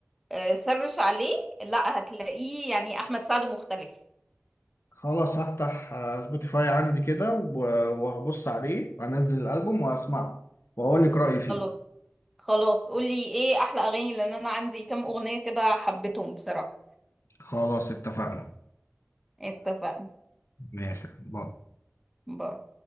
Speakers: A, in the centre; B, on the left (about 80°).
A: آه، سرش عليه لا هتلاقيه يعني احمد سعد مختلف
B: وخلاص هفتح آه، سبوتيفاي عندي كده و... وهبص عليه وانزل الالبوم واسمعه واقول لك رايي
A: خلاص
B: فيه
A: خلاص قولي ايه احلى اغاني لان انا عندي كام اغنية كده حبيتهم بصراحة
B: خلاص اتفقنا
A: اتفقنا
B: ماشي باي
A: باي